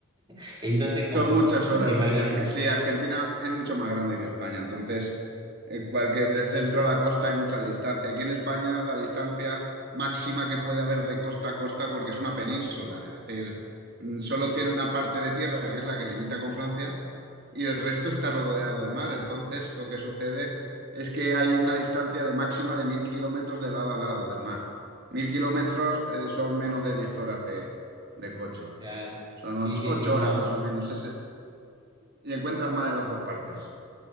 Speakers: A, on the right (about 20°); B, on the right (about 50°).
A: <laughs> Entonces, como
B: Son muchas horas
A: te imaginas,
B: de viaje. Sí, Argentina es mucho más grande que España, entonces en cualquier de centro a la costa hay mucha distancia. Aquí en España la distancia máxima que puede haber de costa a costa porque es una península, es decir, mm, solo tiene una parte de tierra que es la que limita con Francia y el resto está rodeado de mar. Entonces, lo que sucede es que hay una distancia de máxima de mil kilómetros de lado a lado del mar. Mil kilómetros eh, son menos de 10 horas de, de coche.
A: claro,
B: Son ocho,
A: sí, sí,
B: ocho
A: sí, no.
B: horas más o menos. Ese- y encuentras mar en las dos partes.